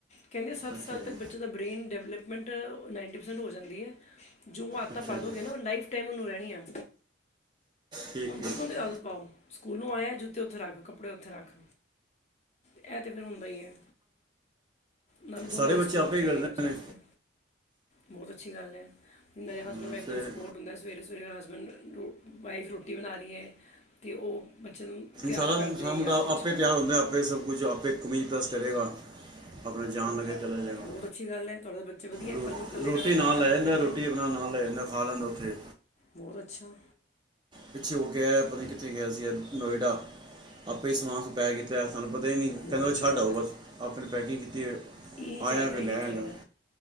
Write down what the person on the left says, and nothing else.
ਕਹਿੰਦੇ ਸੱਤ
ਸਾਲ
ਤੱਕ ਬੱਚੇ ਦਾ ਬ੍ਰੇਨ ਡੈਵਲਪਮੈਂਟ ਨਾਈਨਟੀ ਪਰਸੈਂਟ ਹੋ ਜਾਂਦੀ ਏ। ਜੋ ਆਦਤਾਂ
ਪਾ
ਦੋਗੇ ਨਾ ਲਾਈਫ ਟਾਈਮ ਉਨੂੰ ਰਹਣੀਯੈ।
ਉਨੂੰ
ਬਚਪਨ ਤੋ ਈ ਆਦਤ ਪਾਓ। ਸਕੂਲੋਂ ਆਯੈ ਜੁੱਤੇ ਔਥੇ ਰੱਖ ਕੱਪੜੇ ਔਥੇ ਰੱਖ। ਇਹ ਤਾਂ ਫੇਰ ਹੁੰਦਾ ਈ ਐ, ਨਾਲੇ ਦੋਨਾਂ
ਦੀ
ਸਪੋਰਟ
ਚਾਈਦੀ
ਬੱਚਿਆਂ
ਆਸਤੇ। ਬਹੁਤ ਅੱਛੀ ਗੱਲ ਔ, ਮੇਰੇ
ਹਸਬੈਂਡ ਮੈ ਦਾ
ਵੀ ਸਪੋਟ ਹੁੰਦੈ। ਸਵੇਰੇ- ਸਵੇਰੇ ਹਸਬੈਂਡ ਵਾਈਫ ਰੋਟੀ ਬਣਾ ਰਰੀ ਏ ਤੇ ਉਹ ਬੱਚੇ ਨੂੰ ਤਿਆਰ
ਕਰਦੇ
ਜਾਂ
ਕੁਛ
ਹੈ
ਬਹੁਤ ਅੱਛੀ ਗੱਲ ਹੈ ਤੁਹਾਡੇ ਬੱਚੇ ਵਧੀਆ
ਕੱਲ ਨੂੰ ਇਕੱਲੇ
ਰਹਿਣਾ
ਪਏਗਾ
ਨੌਕਰੀ
ਕਿਤੇ
ਬਹੁਤ ਅੱਛਾ।
ਬਹੁਤ
ਅੱਛੀ
ਗੱਲ
ਹੈ
ਇਹੀ ਚਾਹੀਦਾ
ਇਹੀ
ਚਾਹੀਦਾ